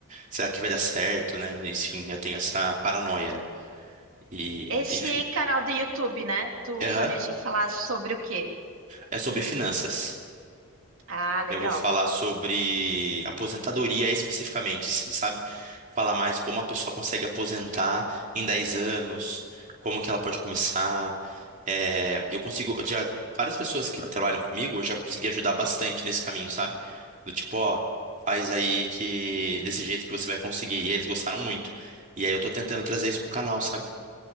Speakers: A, on the right; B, on the right.
A: será que vai dar certo, né? Enfim, eu tenho essa paranoia, né? E,
B: Esse
A: e-
B: canal do YouTube, né? Tu
A: Aham,
B: planeja em falar sobre o quê?
A: é sobre finanças.
B: Ah, legal.
A: Eu vou falar sobre aposentadoria especificamente, sim, sabe? Falar mais como a pessoa consegue aposentar em 10 anos, como que ela pode começar. É, eu consigo, eu já, várias pessoas que trabalham comigo, eu já consegui ajudar bastante nesse caminho, sabe? Do tipo, ó, faz aí que desse jeito que você vai conseguir. E eles gostaram muito. E aí eu tô tentando trazer isso pro canal, sabe?